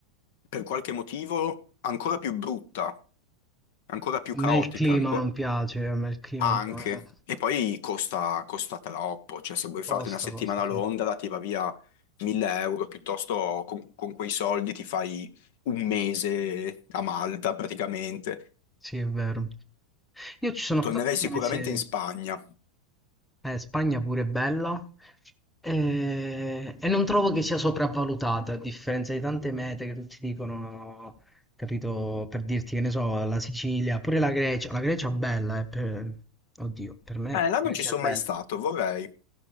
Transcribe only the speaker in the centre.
me il clima
non piace, a me il clima
di... eh,
Costa,
costa,
sì.
Sì, è vero. Io ci sono
stato un
mese,
Eh, Spagna pure è bella eh, e non trovo che sia sopravvalutata, a differenza di tante mete che tutti dicono, capito, per dirti che ne so, la Sicilia, pure la Grecia, la Grecia è bella, eh, per- oddio, per me
la
Grecia
è bella.